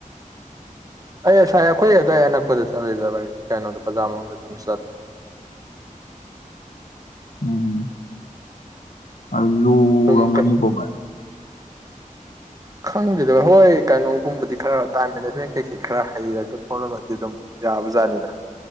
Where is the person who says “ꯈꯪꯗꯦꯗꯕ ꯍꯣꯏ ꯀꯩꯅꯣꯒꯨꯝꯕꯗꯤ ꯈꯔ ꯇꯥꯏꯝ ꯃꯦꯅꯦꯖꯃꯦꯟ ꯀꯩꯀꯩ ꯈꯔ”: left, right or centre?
Right